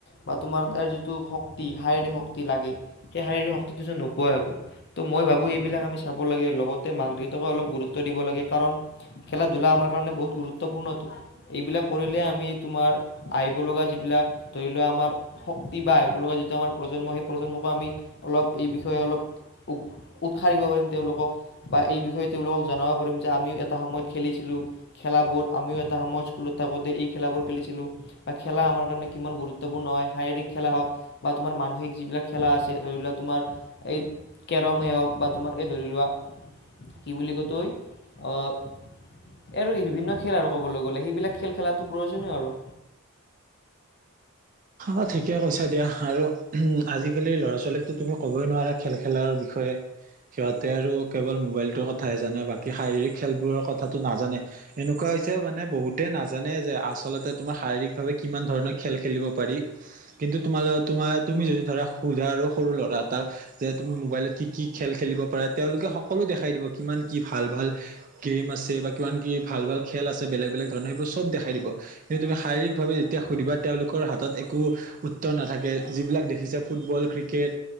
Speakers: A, on the left; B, on the right.
A: বা তোমাৰ তাৰ যিটো শক্তি শাৰীৰিক শক্তি লাগে। সেই শাৰীৰিক শক্তিটো চোন নোপাৱাই হ'ব। ত মই ভাবো এইবিলাক আমি চাব লাগে লগতে মাক দেউতাকে অলপ গুৰুত্ব দিব লাগে কাৰণ খেলা ধূলা আমাৰ কাৰণে বহুত গুৰুত্বপূৰ্ণ। এইবিলাক কৰিলে আমি তোমাৰ আহিব লগা যিবিলাক ধৰি লোৱা আমাৰ শক্তি বা আহিব লগা যিটো আমাৰ প্ৰজন্ম। সেই প্ৰজন্মকো আমি অলপ এই বিষয়ে অলপ উগ উৎসাহ দিব পাৰিম। তেওঁলোকক বা এই বিষয়ে তেওঁলোকক জনাব পাৰিম যে আমিও এটা সময়ত খেলিছিলোঁ। খেলাবোৰ আমিও এটা এটা সময় স্কুলত থাকোতে এই খেলাবোৰ খেলিছিলো বা খেলা আমাৰ কাৰণে কিমান গুৰুত্বপূৰ্ণ হয়। শাৰীৰিক খেলা হওক বা তোমাৰ মানসিক যিবিলাক খেলা আছে ধৰি লোৱা তোমাৰ এই কেৰমেই হওক বা তোমাৰ এই ধৰি লোৱা কি বুলি ক' তই? আৰু বিভিন্ন খেল আৰু ক'বলৈ গলে, সেইবিলাক খেল খেলাটো প্ৰয়োজনীয় আৰু।
B: অ ঠিকে কৈছা দিয়া আৰু আজিকালি ল'ৰা ছোৱালীকতো তুমি ক'বই নোৱাৰা খেল খেলাৰ বিষ য়ে। সিহঁতে আৰু কেৱল মোবাইলটোৰ কথা হে জানে। বাকী শাৰীৰিক খেলবোৰৰ কথাটো নাজানে। এনেকোৱা পাইছে মানে বহুতে নাজানে যে আচলতে তোমাৰ শাৰীৰিক ভাৱে কিমান ধৰণৰ খেল খেলিব পাৰি। কিন্তু তোমা লগত তোমাৰ তুমি যদি ধৰা হুজা আৰু লৰা এটাক যে তুমি মোবাইলত কি কি খেল খেলিব পাৰা, তেওঁলোকে সকলো দেখাই দিব কিমান কি ভাল ভাল গেম আছে বা কিমান কি ভাল ভাল খেল আছে বেলেগ বেলেগ ধৰণৰ সেবোৰ চব দেখাই দিব। কিন্তু তুমি শাৰীকভাৱে যেতিয়া সুধিবা তেওঁলোকৰ হাত ত একো উত্তৰ নাথাকে। যিবিলাক দেখিছে ফুটবল, ক্ৰিকেট